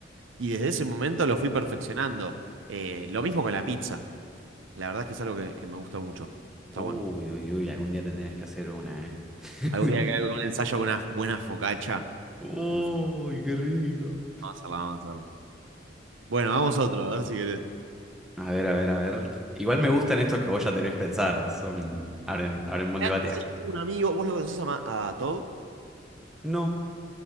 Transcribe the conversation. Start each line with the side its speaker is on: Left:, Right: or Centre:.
Right: y desde ese momento lo fui perfeccionando. Eh, lo mismo con la pizza, la verdad es que es algo que, que me gusta mucho,
Centre: Uy,
Right: está bueno.
Centre: uy, uy. Algún día te tenés que hacer una, ¿eh? <laughs>
Right: Algún día que haga un ensayo con una buena focaccia,
Centre: Uy,
Right: y un ju-
Centre: qué rico.
Right: vamos a hacerla, vamos a hacerla. Bueno, vamos a otro, a ver si querés.
Centre: A ver, a ver, a ver. Igual me gustan estos que vos ya tenés pensados. Son... Abren, abren buen
Right: Mirá,
Centre: debate.
Right: pasa que yo Tengo un amigo, vos lo conocés a, Ma- a Todd,
Centre: No.